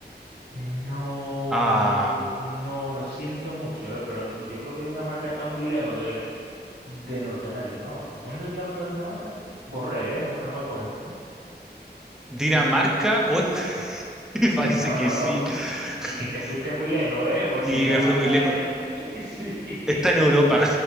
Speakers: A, on the right; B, in the centre.
A: No,
B: Ah,
A: amigo, no, lo siento mucho, ¿eh? Pero yo creo que Dinamarca está muy lejos de, de Norteamérica, ¿no? ¿Dónde diablo está Dinamarca? Borré, ¿eh? No, me- no me acuerdo.
B: Dinamarca.
A: No,
B: Hoy <laughs> parece
A: no,
B: que
A: no,
B: sí.
A: no, que,
B: <laughs>
A: y que te fuiste muy lejos, ¿eh? Porque
B: Y
A: Dinamarca,
B: me fui muy lejos.
A: eh, <laughs> sí,
B: Está en Europa.